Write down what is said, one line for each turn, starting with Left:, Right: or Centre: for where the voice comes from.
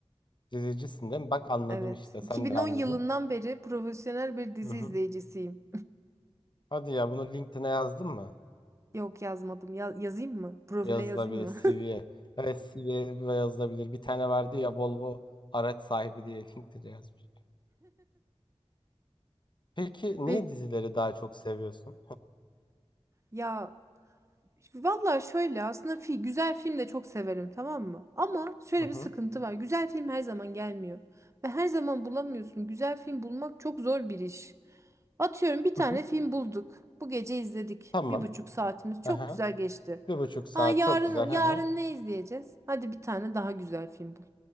Left: Dizicisin değil mi? Bak anladım
Right: Evet.
Left: işte.
Right: 2010
Left: Sen de anladın.
Right: yılından beri profesyonel bir dizi
Left: Hı hı.
Right: izleyicisiyim.
Left: Hadi ya bunu LinkedIn'e yazdın mı?
Right: Yok yazmadım. Ya- yazayım mı? Profile
Left: Yazılabilir
Right: yazayım mı? <laughs>
Left: CV'ye. Evet CV'ye yazılabilir. Bir tane vardı ya Volvo araç sahibi diye LinkedIn'e yazmış. Peki
Right: Ben
Left: niye dizileri daha çok seviyorsun?
Right: ya Valla şöyle aslında fi güzel film de çok severim tamam mı? Ama şöyle
Left: Hı hı.
Right: bir
Left: Tamam.
Right: sıkıntı var. Güzel film her zaman gelmiyor. Ve her zaman bulamıyorsun. Güzel film bulmak çok zor bir iş. Atıyorum bir tane
Left: Hı hı.
Right: film bulduk. Bu gece izledik.
Left: Tamam.
Right: Bir buçuk saatimiz çok
Left: Aha.
Right: güzel geçti.
Left: Bir buçuk saat
Right: Aa yarın
Left: çok güzel.
Right: yarın
Left: Aha.
Right: ne izleyeceğiz? Hadi bir tane daha güzel film bul.